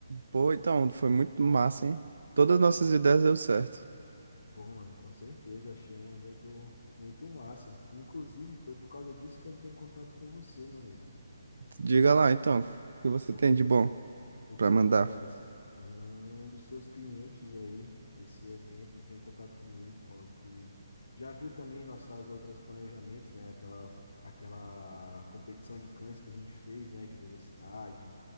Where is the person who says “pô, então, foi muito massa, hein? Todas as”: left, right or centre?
Right